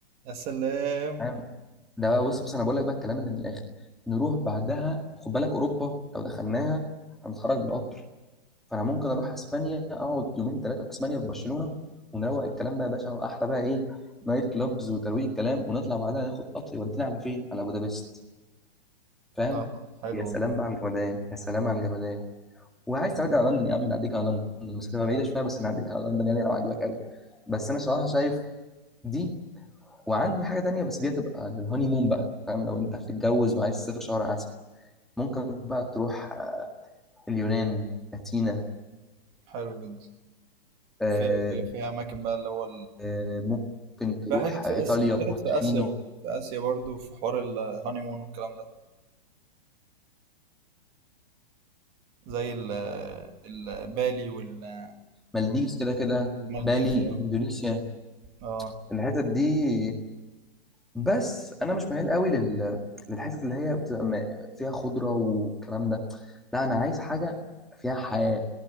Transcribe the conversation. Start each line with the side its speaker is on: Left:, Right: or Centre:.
Right: يا سلام
Centre: تمام ده بقى بص بص انا بقول لك بقى الكلام اللي من الاخر نروح بعدها خد بالك اوروبا لو دخلناها هنتحرك بالقطر فانا ممكن اروح اسبانيا اقعد يومين ثلاثه في اسبانيا في برشلونه ونروق الكلام بقى يا باشا واحلى بقى ايه نايت كلابز وترويق الكلام ونطلع بعدها ناخد قطر يودينا على فين على بودابست فاهم
Right: آه، حلو
Centre: يا سلام بقى على الجمدان يا سلام على الجمدان وعايز تعدي على لندن يا عم نعديك على لندن المسافه بعيده
Right: يا عم
Centre: شويه بس نعديك على لندن يعني لو عجبك قوي بس انا صراحه شايف دي وعندي حاجة تانية بس دي هتبقى للهاني مون بقى فاهم لو انت هتتجوز وعايز تسافر شهر عسل ممكن بقى تروح آه، اليونان أثينا
Right: حلو جدا
Centre: آه،
Right: فيها فيها فيها اماكن بقى اللي هو
Centre: آه، ممكن تروح
Right: في حتت في
Centre: إيطاليا
Right: آسيا
Centre: بورتوفينو
Right: حتت في آسيا بقى. في آسيا برضو في حوار الهانيمون والكلام ده زي ال ال- بالي وال-
Centre: مالديفز كده كده
Right: والمالديفز
Centre: بالي
Right: اه
Centre: إندونيسيا
Right: اه
Centre: الحتت دي بس أنا مش ميال قوي لل للحتت اللي هي بتبقى م- فيها خضرة والكلام ده لا أنا عايز حاجة فيها حياة